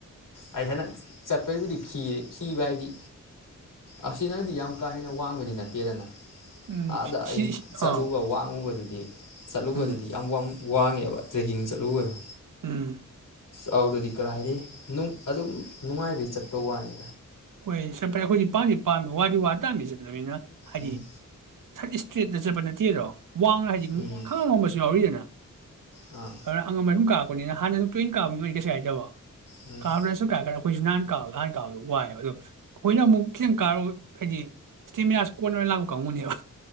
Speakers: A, on the left; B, on the right.
A: ꯑꯩ ꯍꯟꯗꯛ ꯆꯠꯄꯩꯕꯨꯗꯤ ꯈꯤꯔꯦ ꯤꯕ ꯍꯥꯏꯕꯗꯤ ꯑꯁꯤ ꯅꯪꯗꯤ ꯌꯥꯝ ꯀꯥ ꯍꯦꯟꯅ ꯋꯥꯡꯕꯗꯤ ꯅꯠꯇꯦꯗꯅ
B: ꯎꯝ
A: ꯑꯥꯗ
B: ꯁꯤ
A: ꯑꯩꯅ
B: ꯁꯤ ꯁꯤ
A: ꯆꯠꯂꯨꯕ
B: ꯑꯥ
A: ꯋꯥꯡꯉꯨꯕꯗꯨꯗꯤ ꯆꯠꯂꯨꯕꯗꯨꯗꯤ
B: ꯎꯝ
A: ꯌꯥꯝ ꯋꯥ ꯋꯥꯡꯉꯦꯕ ꯇ꯭ꯔꯦꯛꯀꯤꯡꯁꯦ ꯂꯨꯗ
B: ꯎꯝ
A: ꯑ ꯑꯗꯗꯤ ꯀꯔꯥꯏꯗꯤ ꯑꯗꯨꯝ ꯅꯨꯡꯉꯥꯏꯕꯩ ꯆꯠꯄ ꯋꯥꯅꯤ
B: ꯍꯣꯏ ꯁꯦꯄꯔꯦꯠ ꯑꯩꯈꯣꯏꯗꯤ ꯄꯥꯝꯁꯤ ꯄꯥꯝꯃꯦ ꯋꯥꯗꯤ ꯋꯥ ꯇꯥꯝꯃꯤꯁꯦ ꯑꯗꯨꯅꯤꯅ ꯍꯥꯏꯗꯤ
A: ꯎꯝ
B: ꯁꯔ ꯏꯁꯇ꯭ꯔꯦꯠꯅ ꯆꯠꯄ ꯅꯠꯇꯦꯗꯣ ꯋꯥꯡꯅ ꯍꯥꯏꯗꯤ
A: ꯎꯝ
B: ꯈꯪꯉꯝ ꯉꯝꯕꯁꯨ ꯌꯥꯎꯔꯤꯗꯅ ꯑ
A: ꯑꯥ
B: ꯑꯉ ꯍꯨꯝ ꯀꯥ ꯑꯩꯅꯤꯅ ꯍꯥꯟꯅꯁꯨ ꯇ꯭ꯣꯏꯟ ꯀꯥꯕꯅꯣꯏꯗꯤ ꯀꯩ ꯍꯥꯏꯗꯕ
A: ꯎꯝ
B: ꯀꯥꯔꯅꯁꯣ ꯀꯥꯏ ꯀꯔ ꯍꯣꯏꯁꯨꯨꯍꯥꯟ ꯀꯥꯎꯥꯟ ꯀꯥꯎꯗ ꯋꯥꯏꯅꯦ ꯑꯗꯣ ꯑꯩꯈꯣꯏꯅ ꯑꯃꯨꯛ ꯈꯤꯇꯪ ꯀꯥꯔꯣ ꯍꯥꯏꯗꯤ ꯏꯁꯇꯦꯃꯤꯅꯥꯁꯤ ꯀꯣꯟꯅꯅ ꯂꯥꯛꯄ ꯀꯥꯡꯕꯨꯅꯦꯕ